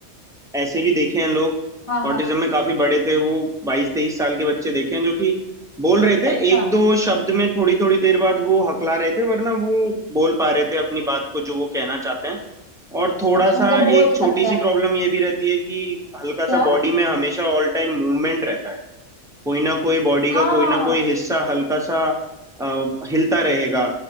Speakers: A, in the centre; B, on the left.
A: ऐसे भी देखे हैं लोग
B: हाँ
A: ऑटिज्म
B: हाँ
A: में काफी बड़े थे वो बाईस तेईस साल के बच्चे देखे हैं जो कि बोल रहे थे
B: अच्छा
A: एक दो शब्द में थोड़ी थोड़ी देर बाद वो हकला रहे थे वरना वो बोल पा रहे थे अपनी बात को जो वो कहना चाहते हैं और थोड़ा
B: अच्छा
A: सा
B: मतलब बोल
A: एक छोटी
B: सकते
A: सी
B: हैं
A: प्रॉब्लम ये भी रहती है कि हल्का सा
B: क्या
A: बॉडी में हमेशा ऑल टाइम मूवमेंट रहता है कोई ना कोई बॉडी
B: हाँ
A: का कोई ना कोई हिस्सा हल्का सा अ, हिलता रहेगा